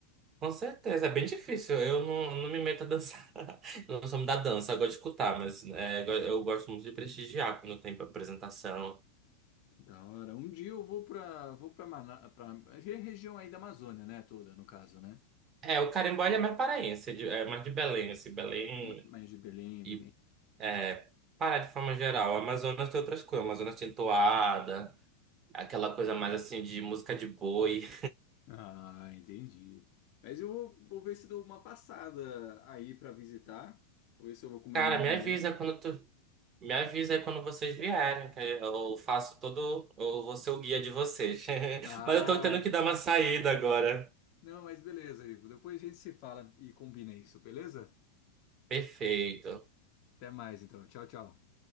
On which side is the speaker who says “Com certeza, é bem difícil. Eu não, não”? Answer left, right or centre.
Right